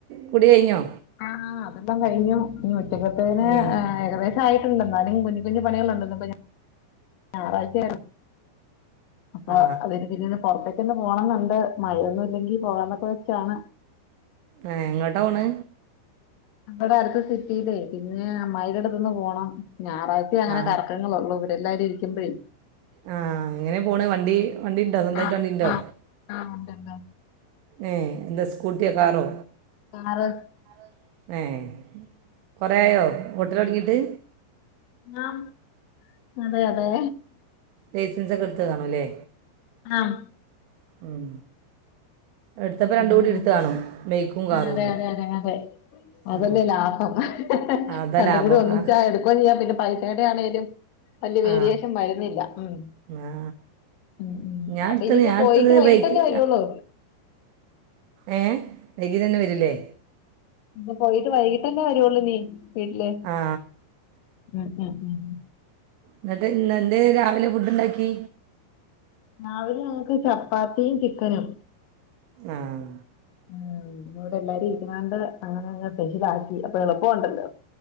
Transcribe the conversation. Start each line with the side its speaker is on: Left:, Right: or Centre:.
Right: കുടി കയിഞ്ഞോ
Left: ആഹ് അതെല്ലാം കഴിഞ്ഞു ഇനി ഉച്ചക്കത്തേന്
Right: ഏ
Left: ഏഹ് ഏകദേ ശായിട്ടുണ്ട് എന്നാലും കുഞ്ഞു കുഞ്ഞു പണികളുണ്ട് ഇന്നിപ്പ ഞായറാഴ്ച്ച അപ്പ
Right: ആ
Left: അതിന് പിന്നീട് പൊറത്തേക്കൊന്ന് പോണംന്നെണ്ട് മഴയൊന്നും ഇല്ലെങ്കി പോകാന്നൊക്കെ വെച്ചാണ്
Right: ആഹ് എങ്ങോട്ടാ പോണ്
Left: ഇവടടുത്ത് സിറ്റീല്ലേ പിന്നേ അമ്മായീടടുത്തൊന്ന് പോണം ഞായറാഴ് ച്ചേ അങ്ങനെ
Right: ആ
Left: കറക്കങ്ങളൊള്ളൂ ഇവടെല്ലാരും ഇരിക്കുമ്പഴേ
Right: ആഹ് എങ്ങനെ പോണ് വണ്ടി വണ്ടിണ്ടൊ സ്വന്തായിട്ട്
Left: ആഹ്
Right: വണ്ടിണ്ടൊ
Left: ആഹ് ആഹ് ഉണ്ടൊണ്ട്
Right: ഏഹ് എന്താ സ്കൂട്ടിയോ കാറോ
Left: കാറ്
Right: കാറ് ഏഹ് കൊറേയായോ ഓട്ടല് തൊടങ്ങീട്ട്
Left: ങാഹ് അതെ അതെ
Right: ലൈസൻസക്കെ എടുത്തത് കാണൂല്ലേ
Left: ആഹ്
Right: ഉം എടുത്തപ്പം
Left: പിന്നെ
Right: രണ്ടൂടി എട്ത്ത് കാണും ബെയ്ക്കും കാറും
Left: അതെ
Right: കൂടി
Left: അതെ അതെ അതെ അതല്ലെ
Right: ആ
Left: ലാഭം
Right: ആ, അതാ
Left: രണ്ടും
Right: ലാഭം
Left: കൂടി ഒന്നിച്ചാ
Right: ആ
Left: എടുക്ക്വാം ചെയ്യാ പിന്നെ പൈസേടെ ആണേലും വല്ല്യ വേരിയേഷൻ
Right: ആ
Left: വര്ന്നില്ലാ ഉം
Right: ആ
Left: ഉം ഉം
Right: ഞാൻ
Left: അപ്പൊ
Right: എടുത്തത്
Left: ഇനിയിപ്പൊ
Right: ഞാൻ
Left: പോയിട്ട്
Right: എടുത്തത്
Left: വൈകിട്ടല്ലെ
Right: ബൈക്ക്
Left: വരൊള്ളു
Right: എഹ് <unintelligible> വരൂല്ലേ
Left: ഇന്നി പോയിട്ട് വൈകിട്ടന്നെ വരോള്ളിനി വീട്ടില്
Right: ആ
Left: ഉം ഉം
Right: എന്നട്ട് ഇന്ന് എന്തേ രാവിലെ ഫുഡ് ഇണ്ടാക്കി
Left: രാവിലെ ഞങ്ങക്ക് ചപ്പാത്തിയും ചിക്കനും
Right: ആഹ്
Left: ആഹ് ഇന്നവിടെ എല്ലാരും ഇരിക്കണോണ്ട് അങ്ങനങ്ങ് സ്പെഷ്യലാക്കി അപ്പൊ എളുപ്പോണ്ടല്ലോ